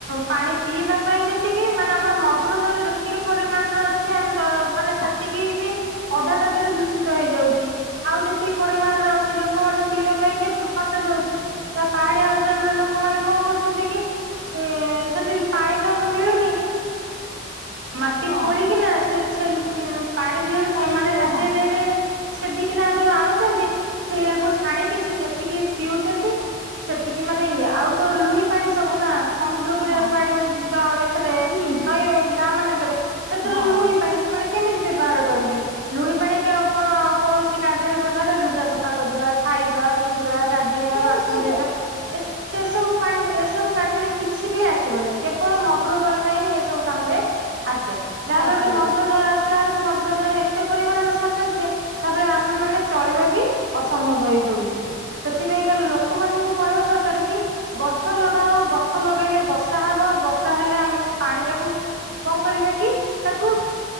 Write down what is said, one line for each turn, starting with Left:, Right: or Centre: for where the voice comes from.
Right: ପାଣି ପିଇବା ପାଇଁ ଯେତିକି ମାନେ ଆମର ମଧୁର ଜଳ ଯେ ସେତିକି ପରିମାଣର ଅଛି ଆମ ତ ମାନେ
Left: ହଁ
Right: ସେତିକି ବି ଅଧା ତାଧିରେ ଦୂଷିତ ହେଇଯାଉଛି। ଆଉ ଯେତିକି ପରିମାଣରେ ଅଛି ଲୋକମାନେ ପିଇବା ପାଇଁ କେ ସଟେଜ୍ ହଉଛି। ତ ପାହାଡିଆ ଅଞ୍ଚଳର ଲୋକମାନେ କଣ କରୁଚନ୍ତି କି ଏ ସେଠି ପାଣି ତ ମିଳୁନି ମାଟି
Left: ହଁ
Right: ଖୋଳିକିନା ସେ ଛେଲ୍ ପାଣି ଦିହରୁ
Left: ପାଣି
Right: ଛେ ମାନେ
Left: ଯୋଉ
Right: ତାଟିଆ
Left: ହଁ
Right: ଦିହରେ ସେଦିକିନା ଯୋଉ ଆଣୁଛନ୍ତି, ସେୟାକୁ ଛାଣିକି ସେ ଯେତିକି ପିଉଛନ୍ତି। ସେତିକି ମାନେ ଇଏ। ଆଉ ତ ଲୁଣି ପାଣି ସବୁ ନା। ସମୁଦ୍ର କୂଳିଆ
Left: ହଁ
Right: ପାଣି ଏଥେରେ
Left: ହୁଁ
Right: ନଈ ଗାଁ ମାନଙ୍କରେ। ସେଥିରେ
Left: ହଁ।
Right: ଲୁଣି ପାଣି ସେମାନେ କେମିତି ବ୍ୟବହାର କରିବେ? ଲୁଣି ପାଣି କ-କଣ କୌଣସି କାର୍ଯ୍ୟରେ ବ୍ୟବହାର ଲୁଗା ସଫା କରିବା, ଖାଇବା ପିଇବା, ଗା ଧେଇବା,
Left: କୌଣସି
Right: ବାସନ ଧୋଇବା। ଏ ସେ ସବୁ ପାଣିରେ ଏସବୁ କାର୍ଯ୍ୟରେ କିଛି ବି ଆ ଆସିବନି କେବଳ ମଧୁର ଜଳଟା ହିଁ ଏସବୁ କାମରେ ଆସେ। ଯାହାଫଳରେ
Left: ଆସିବ
Right: ମଧୁର ଜଳ ଆ ଆସିଲା ବେଳକୁ ମଧୁର ଜଳ ଏତେ ପରିମାଣରେ ସର୍ଟେଜ ଯେ ତା ପରେ ଆମେ ମାନେ ଚଳିବା ବି ଅସମ୍ଭବ ହେଇ ପଡୁଚି। ସେଥିପାଇଁ କାର ଲୋକମାନଙ୍କୁ କହିବା ଦରକାର କି ଗଛ ଲଗାଅ ଗଛ ଲଗେଇଲେ ବର୍ଷା ବର୍ଷା ହବ। ବର୍ଷା ହେଲେ ଆମେ ସେ ପାଣି ଟାକୁ କଣ କରିବା କି ତାକୁ